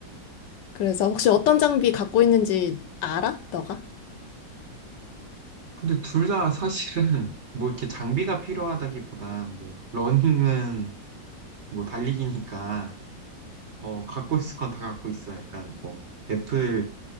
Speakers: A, on the left; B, on the right.
A: 그래서 혹시 어떤 장비 갖고 있는지 알아? 너가?
B: 근데 둘 다 사실은 <laughs> 뭐 이렇게 장비가 필요하다기보다 뭐 러닝은 뭐 달리기니까 어, 갖고 있을 건 다 갖고 있어. 약간 뭐 애플,